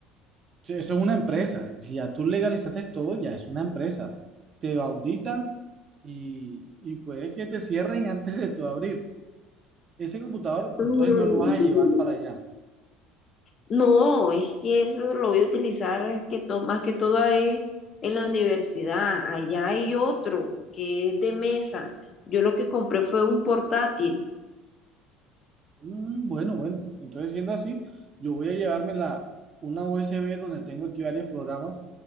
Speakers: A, on the right; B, on the left.
A: Sí, Eso es una empresa. Si ya tú legalizaste todo, ya es una empresa. Te auditan y, y puede que te cierren antes de tu abrir. Ese computador,
B: Mm.
A: entonces no lo vas a llevar para
B: <laughs>
A: allá.
B: No, es que eso lo voy a utilizar es que to- más que todo es en la universidad. Allá hay otro que es de mesa. Yo lo que compré fue un portátil.
A: Mm, bueno, bueno. Entonces, siendo así, yo voy a llevarme la, una USB donde tengo aquí varios programas